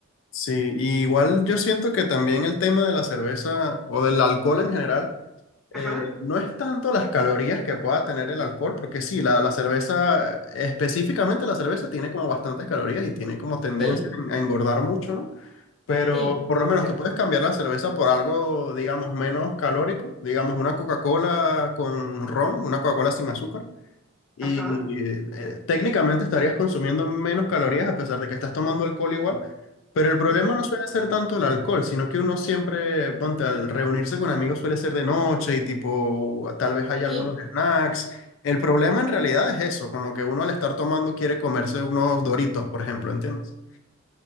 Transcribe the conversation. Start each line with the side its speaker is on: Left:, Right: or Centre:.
Left: Sí, y igual yo siento que también el tema de la cerveza o del alcohol en general
Centre: Ajá,
Left: Eh, no es tanto las calorías que pueda tener el alcohol, porque sí, la, la cerveza, específicamente la cerveza, tiene como bastantes calorías y tiene como tendencia
Centre: sí,
Left: en- a engordar mucho, ¿no? Pero
Centre: sí,
Left: por lo menos
Centre: Ya.
Left: tú puedes cambiar la cerveza por algo, digamos, menos calórico, digamos, una Coca-Cola con ron, una Coca-Cola sin azúcar. Y
Centre: ajá,
Left: eh, técnicamente estarías consumiendo menos calorías a pesar de que estás tomando alcohol igual, pero el problema
Centre: ujú,
Left: no suele ser tanto el alcohol, sino que uno siempre, ponte, al reunirse con amigos suele ser de noche y tipo, tal vez hay
Centre: sí,
Left: algunos snacks. El problema en realidad es eso, como que uno al estar tomando quiere comerse unos Doritos, por ejemplo, ¿entiendes?